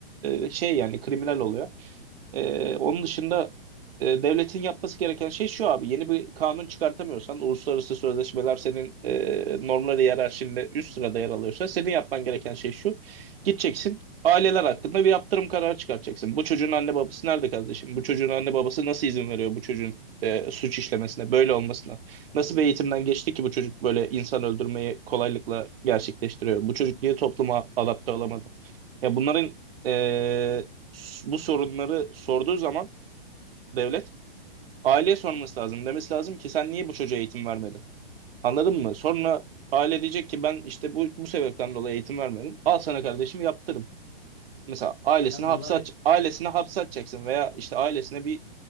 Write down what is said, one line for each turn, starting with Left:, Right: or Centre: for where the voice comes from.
Right: e, şey yani kriminal oluyor. Ee, onun dışında e, devletin yapması gereken şey şu abi. Yeni bir kanun çıkartamıyorsan, uluslararası sözleşmeler senin e, normları hiyerarşinde üst sırada yer alıyorsa senin yapman gereken şey şu. Gideceksin aileler hakkında bir yaptırım kararı çıkartacaksın. Bu çocuğun anne babası nerede kardeşim? Bu çocuğun anne babası nasıl izin veriyor bu çocuğun e, suç işlemesine, böyle olmasına? Nasıl bir eğitimden geçti ki bu çocuk böyle insan öldürmeyi kolaylıkla gerçekleştiriyor? Bu çocuk niye topluma adapte olamadı? Ya bunların e, s- bu sorunları sorduğu zaman devlet aileye sorması lazım. Demesi lazım ki sen niye bu çocuğa eğitim vermedin? Anladın mı? Sonra aile diyecek ki ben işte bu, bu sebepten dolayı eğitim vermedim. Al sana kardeşim yaptır. Mesela ailesini
Left: Ya
Right: hapse
Left: bunlar
Right: at,
Left: hep
Right: ailesini hapse atacaksın veya işte ailesine bir